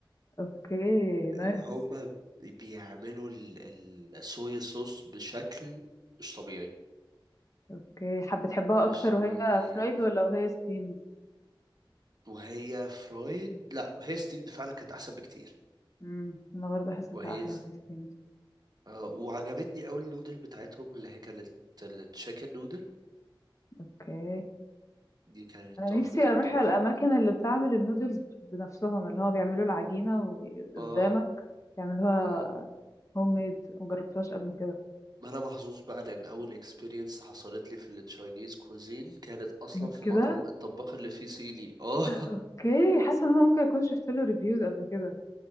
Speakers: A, on the left; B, on the right.
A: اوكي نايس
B: ان هما بيعملوا ال- الصويا صوص بشكل مش طبيعي
A: اوكي حابة تحبها
B: مش
A: اكتر
B: طبيعي
A: وهي فرايد ولا وهي ستيمد
B: وهي فرويد لا هي ستيفد فعلا كانت احسن بكتير
A: امم انا برضه حسيتها
B: وهي
A: احلى وهي ستيمد
B: آه، وعجبتني قوي النودل بتاعتهم اللي هي كانت التشيكن نودل
A: اوكي
B: دي كانت
A: انا
B: تحفة
A: نفسي اروح
B: التحفة
A: الاماكن اللي بتعمل النودلز بنفسهم اللي هو بيعملوا العجينه وقدامك
B: اه
A: يعملوها
B: اه
A: هوم ميد ما جربتهاش قبل كده
B: ما انا محظوظ بقى لان اول اكسبيرينس حصلت لي في التشاينيز كوزين كانت اصلا
A: كانت
B: في
A: كده
B: مطعم الطباخ اللي فيه صيني اه <laughs>
A: اوكي حاسه ان انا ممكن اكون شفت له ريفيوز قبل كده